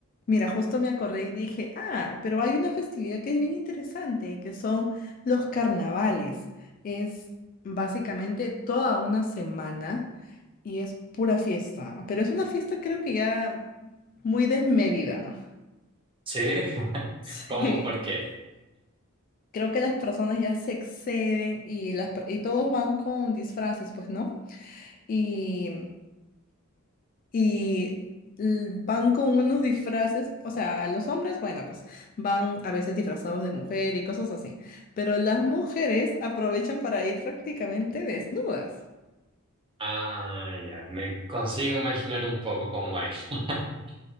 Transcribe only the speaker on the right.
sí. <laughs>
¿Cómo? ¿Por qué?
Ah, ya, me consigo imaginar un poco cómo es. <laughs>